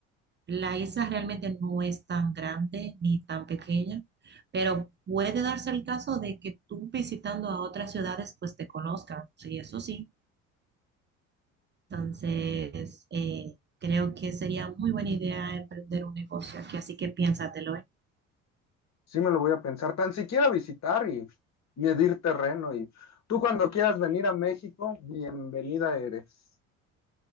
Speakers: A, on the right; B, on the left.
A: La isla realmente no es tan grande ni tan pequeña, pero puede darse el caso de que tú visitando a otras ciudades pues te conozcan, sí, eso sí. Entonces, eh, creo que sería muy buena idea emprender un negocio aquí, así que piénsatelo, ¿eh?
B: Sí me lo voy a pensar, tan siquiera visitar y medir terreno. Y tú cuando quieras venir a México, bienvenida eres.